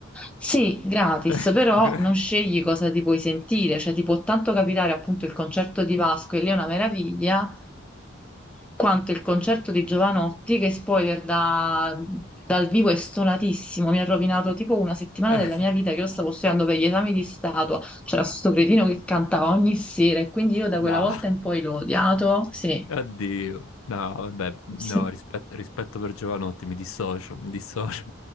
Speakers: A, in the centre; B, on the left.
A: Sì, gratis,
B: <laughs>
A: però
B: Gra-
A: non scegli cosa ti puoi sentire, cioè ti può tanto capitare appunto il concerto di Vasco e lì è una meraviglia, quanto il concerto di Giovanotti che spoiler da- dal vivo è stonatissimo, mi ha rovinato tipo una settimana
B: Eh,
A: della mia vita che io stavo studiando per gli esami di statua, c'era sto cretino che cantava ogni sera e quindi io da
B: dai,
A: quella volta in poi l'ho odiato, sì,
B: addio. No, vabbè, no,
A: sì.
B: rispet- rispetto per Giovanotti, mi dissocio, mi dissocio.